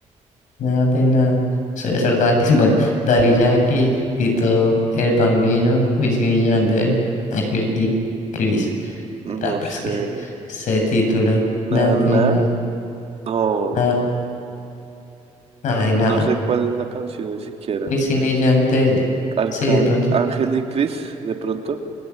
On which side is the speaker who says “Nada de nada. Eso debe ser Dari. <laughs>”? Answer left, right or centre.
Left